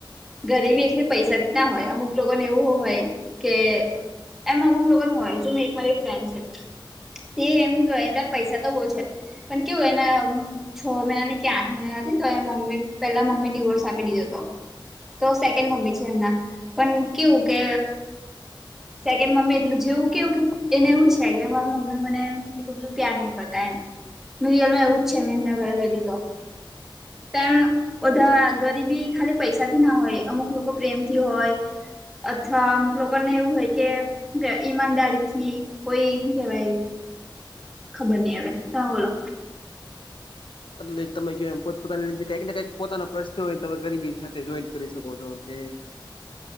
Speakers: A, in the centre; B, on the left.
A: ગરીબી એકલી પૈસા જ ના હોય અમુક લોકોને એવું હોય કે એમ અમુક લોકો હોય જો મેં એક મારી એક ફ્રેન્ડ છે. તે એમ કેતા પૈસા તો બહુ છે. પણ કેવું એના છ મહિનાની કે આઠ મહિના નથી તો એ મમ્મી પેલા મમ્મી ડીવોર્સ આપી દીધો હતો તો સેકન્ડ મમ્મી છે એમના પણ કેવું કે સેકન્ડ મમ્મી એટલું જેવું કેવું કે એને એવું છે કે હ માર મમ્મી મને એટલું બધું પ્યાર નહિ કરતા એમ રીઅલમાં એવું જ છે મેં એમના ઘરે ગઈ તી તો તેમ વધારે આગળ તી બી ખાલી પૈસા થી ના હોય અમુક લોકો પ્રેમ થી હોય અથવા અમુક લોકો ને એવું હોય કે કે ઈમાનદારી થી કોઈ શું કેવાય ખબર નઈ આવે હવે તમે બોલો
B: એટલે તમે કયો એમ પોત પોતાની રીતે કઈક ને કઈક પોતાના પ્રશ્નો હોય તમે ગરીબી સાથે જોઈન્ટ કરી શકો છો કે